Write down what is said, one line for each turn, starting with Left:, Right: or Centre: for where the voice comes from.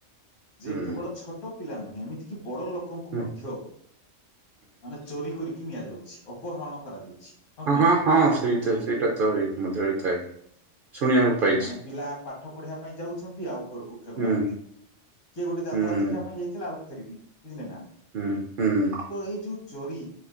Left: ଯେ
Right: ହୁଁ
Left: କେବଳ ଛୋଟ ପିଲାୁହେଁ ଏମତି କି ବଡ ଲୋକଙ୍କୁ
Right: ହୁଁ
Left: ମଧ୍ୟ ମାନେ ଚୋରି କରି ନିଆଯାଉଛି ଅପହରଣ କରାଯାଉଛି। କି
Right: ହଁ
Left: ନାଇଁ
Right: ହଁ
Left: କୁହନ୍ତୁ?
Right: ହଁ ସେଇଟ ସେଇଟା ତ ଏଇ ମଧ୍ୟ ହେଇଥାଏ ଶୁଣିବାକୁ ପାଇଛି
Left: ମାନେ ପିଲା ପାଠ ପଢିବା ପାଇଁ ଯାଉଛନ୍ତି ଆଉ ଘରକୁ ଫେରୁନାହାନ୍ତି
Right: ହୁଁ
Left: କିଏ ଗୋଟେ ଯାତ୍ରା
Right: ହୁଁ
Left: ଦେଖିବା ପାଇଁ ଯାଇଥିଲା ଆଉ ଫ <unintelligible> ବୁଝିଲେ ନା
Right: ହୁଁ ହୁଁ।
Left: ତ ଏଇ ଯୋଉ ଚୋରି